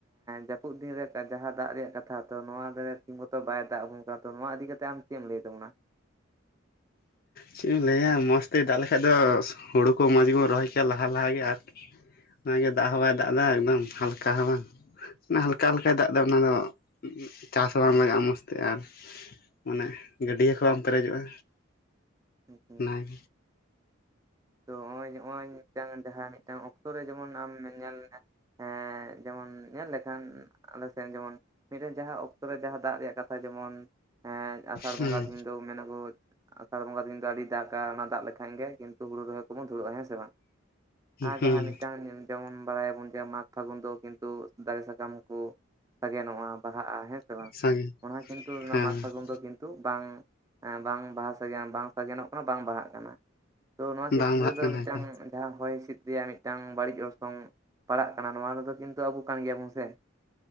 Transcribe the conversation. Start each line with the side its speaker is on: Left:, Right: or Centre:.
Right: ᱡᱟᱹᱯᱩᱫ ᱫᱤᱱ ᱨᱮ ᱡᱟᱦᱟᱸ ᱫᱟᱜ ᱨᱮᱭᱟᱜ ᱠᱟᱛᱷᱟ ᱛᱚ᱾ ᱱᱚᱣᱟ ᱴᱷᱤᱠ ᱢᱚᱛᱚ ᱵᱟᱭ ᱫᱟᱜ ᱟᱵᱚᱱ ᱠᱟᱱᱟ ᱛᱚ ᱱᱚᱣᱟ ᱤᱫᱤ ᱠᱟᱛᱮ ᱟᱢ ᱪᱮᱫ ᱮᱢ ᱞᱟᱹᱭ ᱛᱟᱵᱚᱱᱟ
Left: ᱪᱮᱫ ᱮᱢ ᱞᱟᱹᱭᱼᱟ᱾ᱢᱚᱡᱽ ᱛᱮ ᱫᱟᱜ ᱞᱮᱠᱟᱡ ᱫᱚ ᱦᱩᱲᱩ ᱠᱚ ᱢᱚᱡᱽ ᱜᱮ ᱵᱚᱱ ᱨᱚᱦᱚᱭ ᱠᱮᱭᱟ ᱞᱟᱦᱟ ᱞᱟᱦᱟ ᱜᱮ ᱟᱨᱠᱤ ᱚᱱᱟ ᱜᱮ ᱫᱟᱜ ᱦᱚᱸ ᱵᱟᱭ ᱫᱟᱜ ᱮᱫᱟ ᱮᱠᱫᱚᱢ ᱦᱟᱞᱠᱟ ᱦᱚᱸ ᱵᱟᱝ ᱚᱱᱟ ᱦᱟᱞᱠᱟ ᱦᱟᱞᱠᱟ ᱫᱟᱜ ᱫᱟ ᱚᱱᱟ ᱫᱚ ᱪᱟᱥ ᱦᱚᱸ ᱵᱟᱝ ᱞᱟᱜᱟᱜᱼᱟ ᱢᱚᱡᱽ ᱛᱮ ᱟᱨ ᱢᱟᱱᱮ ᱜᱟᱹᱰᱭᱟᱹ ᱠᱚ ᱵᱟᱝ ᱯᱮᱨᱮᱡᱚᱜᱼᱟ᱾
Right: <inaudible>
Left: ᱟᱨ
Right: ᱛᱚ ᱱᱚᱸᱜᱼᱚᱭ, ᱱᱚᱸᱜᱼᱚᱭ ᱢᱤᱫ ᱴᱟᱝ ᱡᱟᱦᱟᱸ ᱢᱤᱫ ᱴᱟᱝ ᱚᱠᱛᱚ ᱨᱮ ᱡᱮᱢᱚᱱ ᱟᱢ ᱧᱮᱞ ᱢᱮ ᱦᱮᱸ ᱡᱮᱢᱚᱱ ᱧᱮᱞ ᱞᱮᱠᱷᱟᱱ ᱟᱞᱮ ᱥᱮᱱ ᱡᱮᱢᱚᱱ ᱢᱤᱫ ᱴᱮᱱ ᱡᱟᱸᱦᱟ ᱚᱠᱛᱚ ᱨᱮ ᱡᱟᱸᱦᱟ ᱫᱟᱜ ᱨᱮᱭᱟᱜ ᱠᱟᱛᱷᱟ ᱡᱮᱢᱚᱱ ᱟᱸᱥᱟᱲ
Left: ᱦᱩᱸ
Right: ᱵᱚᱸᱜᱟ ᱫᱤᱱ ᱫᱚ ᱢᱮᱱ ᱟᱠᱚ ᱟᱸᱥᱟᱲ ᱵᱚᱸᱜᱟ ᱫᱤᱱ ᱫᱚ ᱟᱹᱰᱤ ᱫᱟᱜ-ᱟ᱾ᱚᱱᱟ ᱫᱟᱜ ᱞᱮᱠᱷᱟᱱ ᱜᱮ ᱠᱤᱱᱛᱩ ᱦᱩᱲᱩ ᱨᱚᱦᱚᱭ ᱠᱚᱵᱚᱱ ᱫᱷᱩᱨᱟᱹᱜ-ᱟ᱾ ᱦᱮᱸ ᱥᱮ ᱵᱟᱝ? ᱟ
Left: ᱦᱩᱸ
Right: ᱡᱟᱸᱦᱟ ᱢᱤᱫ ᱴᱟᱝ <inaudible> ᱡᱮᱢᱚᱱ ᱵᱟᱲᱟᱭ ᱟᱵᱚᱱ ᱡᱮ ᱢᱟᱜᱽ ᱯᱷᱟᱹᱜᱩᱱ ᱫᱚ ᱠᱤᱱᱛᱩ ᱫᱟᱨᱮ ᱥᱟᱠᱟᱢ ᱠᱚ ᱥᱟᱜᱮᱱᱚᱜᱼᱟ ᱵᱟᱦᱟᱜᱼᱟ ᱦᱮᱸ ᱥᱮ ᱵᱟᱝ?
Left: ᱥᱟᱺᱜᱤᱧ
Right: ᱚᱱᱟ ᱦᱚᱸ ᱠᱤᱱᱛᱩ ᱚᱱᱟ
Left: ᱦᱮᱸ
Right: ᱢᱟᱜᱽ ᱯᱷᱟᱹᱜᱩᱱ ᱫᱚ ᱠᱤᱱᱛᱩ ᱵᱟᱝ ᱵᱟᱝ ᱵᱟᱦᱟ ᱥᱟᱜᱮᱱ ᱵᱟᱝ ᱥᱟᱜᱮᱱᱚᱜ ᱠᱟᱱᱟ ᱵᱟᱝ ᱵᱟᱦᱟᱜ ᱠᱟᱱᱟ᱾ ᱛᱚ ᱱᱚᱣᱟ ᱠᱷᱮᱛᱨᱮ
Left: ᱵᱟᱝ ᱵᱟᱦᱟᱜ
Right: ᱨᱮᱫᱚ
Left: ᱠᱟᱱᱟ
Right: ᱢᱤᱫ ᱴᱟᱝ
Left: ᱠᱚ
Right: ᱡᱟᱸᱦᱟ ᱦᱚᱭ ᱦᱤᱸᱥᱤᱫ ᱨᱮᱭᱟᱜ ᱢᱤᱫ ᱴᱟᱝ ᱵᱟᱹᱲᱤᱡ ᱚᱨᱥᱚᱝ ᱯᱟᱲᱟᱜ ᱠᱟᱱᱟ ᱱᱚᱣᱟ ᱨᱮ ᱫᱚ ᱠᱤᱱᱛᱩ ᱟᱵᱚ ᱠᱟᱱ ᱜᱮᱭᱟ ᱵᱚᱱ ᱥᱮ